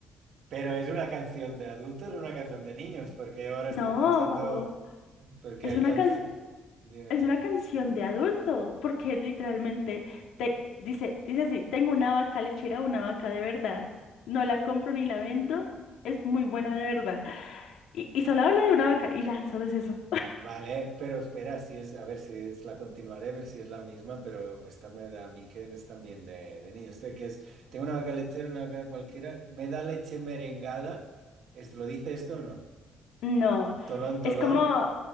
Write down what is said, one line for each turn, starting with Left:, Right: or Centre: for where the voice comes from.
Right: Pero es una canción de adultos o una canción de niños, porque ahora
Left: No,
Right: estoy pensando, porque
Left: es
Right: hay
Left: una
Right: canciones...
Left: can-
Right: Dime.
Left: es una canción de adulto, porque literalmente te dice, dice así, tengo una vaca lechera, una vaca de verdad. No la compro ni la vendo, es muy buena de verdad. Y, y solo habla de una vaca y ya, solo es eso.
Right: Vale, pero espera, si es, a ver si es la continuaré, a ver si es la misma, pero esta me da a mí que es también de, de niños. Este que es, tengo una vaca lechera, una vaca cualquiera, me da leche merengada. ¿Esto lo dice esto o no?
Left: No,
Right: Tolón, tolón.
Left: es como,